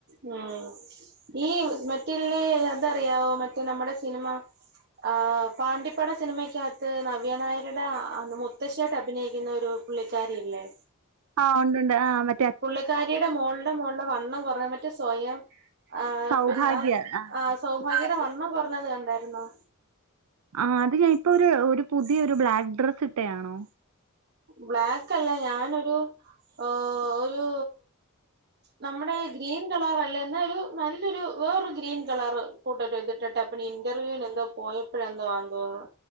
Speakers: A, on the right; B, on the right.
A: ഉം ഈ മറ്റ്ള്ളേ അതറിയാവോ മറ്റേ നമ്മടെ സിനിമ ആഹ് പാണ്ടിപ്പട സിനിമയ്ക്കകത്ത് നവ്യ നായരുടെ മുത്തശ്ശ്യായിട്ട് അഭിനയിക്കുന്ന ഒരു പുള്ളിക്കാരില്ലേ?
B: ആഹ് ഒണ്ടുണ്ട് ആഹ് മ
A: പുള്ളിക്കാരിയുടെ മോളുടെ മോളുടെ വണ്ണം കൊറയാൻ പറ്റും സ്വയം ആഹ്
B: സൗഭാഗ്യ
A: പിന്നെ ആഹ്
B: ആ
A: ആഹ് സൗഭാഗ്യടെ വണ്ണം കുറഞ്ഞത് കണ്ടായിരുന്നോ?
B: ആഹ് അത് ഞാൻ ഇപ്പ ഒരു ഒരു പുതിയ ഒരു ബ്ലാക്ക് ഡ്രസ്സ് ഇട്ടയാണോ?
A: ബ്ലാക്ക് അല്ല ഞാനൊരു ഏഹ് ഒരു നമ്മടെ ഗ്രീൻ കളർ അല്ല. എന്നാ ഒരു നല്ലൊരു വേറൊരു ഗ്രീൻ കളറ് ഇവടൊരു ഇതിട്ടിട്ട് അപ്പണ്ണ് ഇന്റർവ്യൂവിന് എന്തോ പോയപ്പഴന്തോ ആന്ന് തോന്നണു